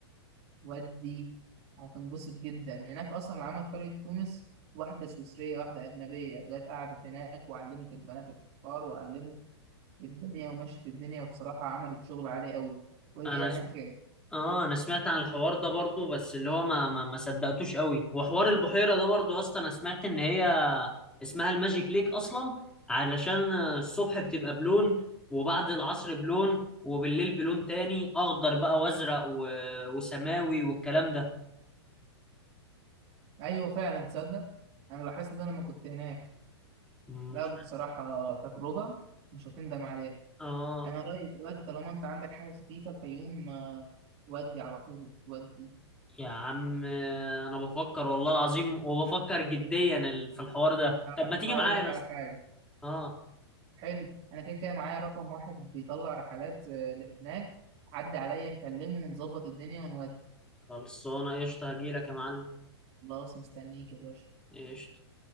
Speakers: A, on the right (about 40°); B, in the centre.
A: ودي هتنبسط جدا يعني هناك أصلا اللي عمل قرية تونس واحدة سويسرية واحدة أجنبية جت قعدت هناك وعلمت البنات الفخار وعلمت الدنيا ومشت الدنيا وبصراحة عملت شغل عالي قوي وهي
B: انا
A: هناك كده.
B: اه انا سمعت عن الحوار ده برضو بس اللي هو ما ما, ما صدقتوش قوي وحوار البحيرة ده برضو اصلا انا سمعت ان هي اسمها الماجيك ليك اصلا علشان الصبح بتبقى بلون وبعد العصر بلون وبالليل بلون تاني اخضر بقى وازرق و... وسماوي والكلام ده
A: أيوة فعلا تصدق أنا لاحظت ده لما كنت هناك
B: مش
A: لا بصراحة تجربة مش هتندم عليها
B: اه
A: أنا رأيي دلوقتي طالما أنت عندك حاجة سخيفة الفيوم آه، ودي على طول ودي
B: يا عم انا بفكر والله العظيم
A: بس
B: وبفكر جديا ال- في الحوار ده
A: لا،
B: طب ما تيجي
A: أقول
B: معايا
A: لك
B: يا
A: على
B: اسطى
A: حاجة
B: اه
A: حلو أنا كده كده معايا رقم واحد بيطلع رحلات آه، لهناك عدي عليا نكلمه ونظبط الدنيا ونودي
B: خلصانه قشطه هجيلك يا معلم
A: خلاص مستنيك يا باشا
B: قشطه